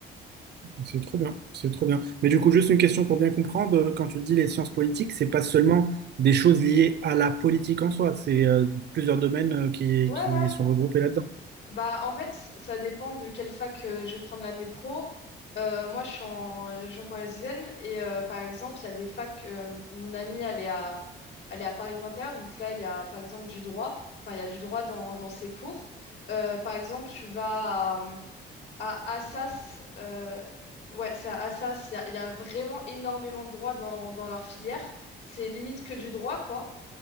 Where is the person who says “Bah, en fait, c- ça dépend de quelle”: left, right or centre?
Left